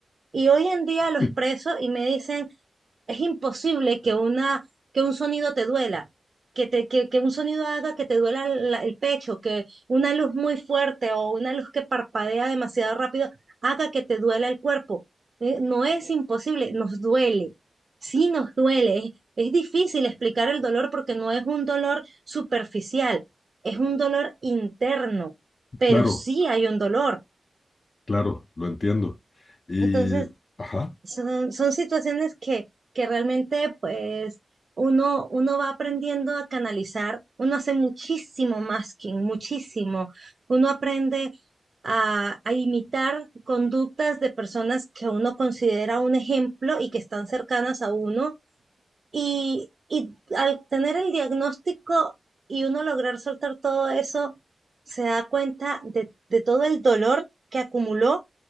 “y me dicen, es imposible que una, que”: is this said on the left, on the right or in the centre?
Right